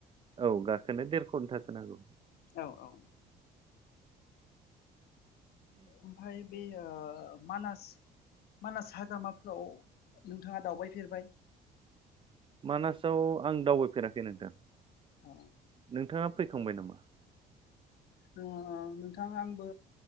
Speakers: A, on the right; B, on the left.
A: औ गा खोनो देर घन्टासो नांगौ।
B: औ औ ओमफफ्राय बे ओ मानास मानास हाग्रामाफ्राव नोंथाङा दावबायफेरबाय
A: मानासाआव आं दावबायफेराखै नोंथां
B: <inaudible>
A: नोंथाङा फैखांबाय नामा
B: ओ नोंथां आं बो